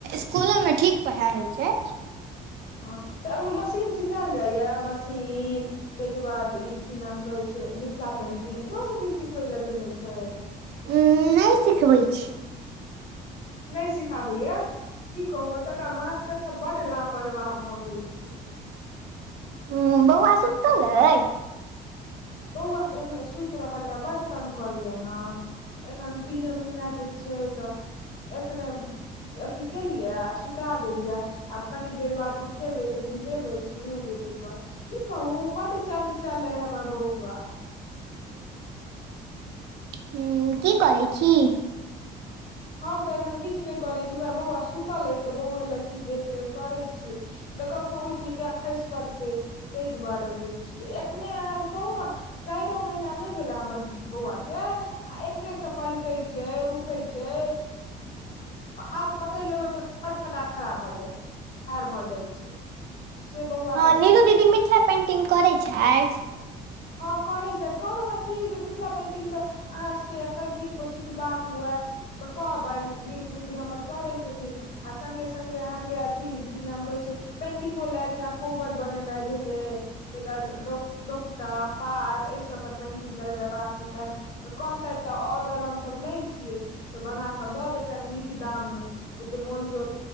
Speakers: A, on the right; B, on the left.
A: स्कूलो मे ठीक पढ़ाई होइ छै।
B: हँ तऽ ओहिमे मशीन सिखायल जाइया मशीन ओइ के बाद ई की नाम कहे छै मिथिला पेंटिंग इहो सब चीज सिखवे ले देने छै।
A: उम्म नै सिखबै छी।
B: नहि सिखाबैया। की कहू एतुका मास्टर सब बड लापरवाह भए गेल छै।
A: हूं बौआ सुतल अय।
B: बौआ तऽ एखने सुति रहल आ बढ तंग करैय न। एखन तीने महिना के छै तऽ एखने अथी केलिया आ सुता देलिया। आब कनी देर बाद उठेबै तऽ नहेबै सुनेबै तऽ की कहू बड चंचल अय हमर बौआ।
A: हूं की करै छी।
B: हम तऽ एखन किछ नहि करै छी उएह बौआ सुतल अछि तऽ बौए लग छी देखरेख करै छियै। तऽ कखनहो उठि जेतै आ खइस पड़तै। ताहि दुआरे ओतऽ छियै एखने अहाँके कहू न चाइरो महीना नहि भेले हमर बौआ के आ एखने स पलटै छै उठै जै हाथ पकड़ि लेबै तऽ फटफटा खरा भऽ जायत। ठार भऽ जाइ छै। से बौआ
A: हँ
B: मे
A: नीलू
B: छै
A: दीदी मिथिला पेंटिग करै छथि?
B: हँ करै छथि कहलहुँ हे कि जे मिथिला पेंटिग तऽ अहाँसभके आखन किनको सिखबाक हुए। तऽ कहबनि नीलू दीदी हमर करै छथिन। आ संगे संगे अहाँके अथी की नाम कहै छै। पेंटिगो लए जेना कोबर बनेनाइ भेलै तेकर डोक टोक टा पाग एहि सब पर पेंटिग करबेबाक हेतै। तऽ कहतै तऽ ऑर्डर हमसभ लै छियै तऽ बना कऽ दऽ देतनि निक दाममे ओते मोल जोल